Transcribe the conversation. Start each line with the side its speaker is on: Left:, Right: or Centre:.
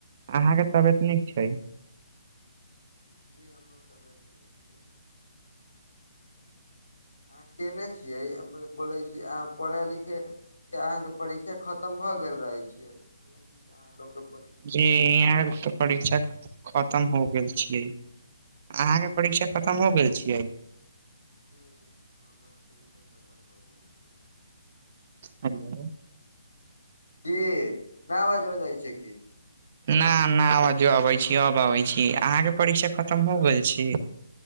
Right: अहाँ के तबियत नीक छै?
Left: जी हमर तबियत ठिक छय। अहाँ केने छियै बोलै छी अहाँ पढ़ै लिखै कि अहाँके परीक्षा खतम भऽ गेल रहैत छियै सुनैत छियै कि अहाँ लोकके परीक्षा
Right: जी
Left: चलै
Right: इहाँ
Left: छै
Right: तऽ परीक्षा खतम हो गेल छिए। अहाँ के परीक्षा
Left: ओ
Right: खतम हो गेल छिए?
Left: जी हमर परीक्षा खतम हो गेल छै।
Right: हेलो!
Left: जी नहि बाजब जाइ छै की।
Right: ना ना आवाजो अबै छी अब आबै छी अहाँके परीक्षा खतम हो गेल छी।